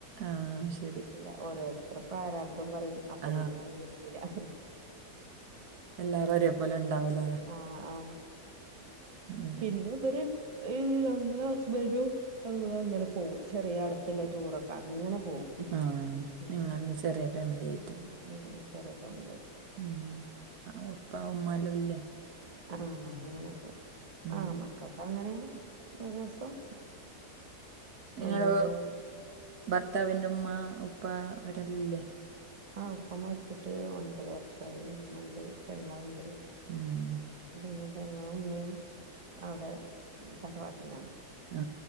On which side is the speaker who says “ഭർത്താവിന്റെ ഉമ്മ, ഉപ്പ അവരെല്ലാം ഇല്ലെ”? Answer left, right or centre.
Right